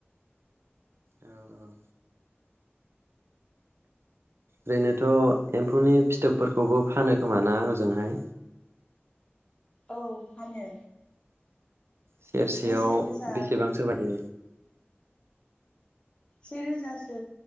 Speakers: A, on the right (about 70°); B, on the left (about 20°).
A: औ औ ओरैनोथ' एम्फौनि फिथोबफोरखौबो फानो खोमाना हजोंहाय?
B: औ फानो
A: सेरसेयाव
B: बेसेन गोसा
A: बेसेबांसो बादि?
B: सेेरोजासो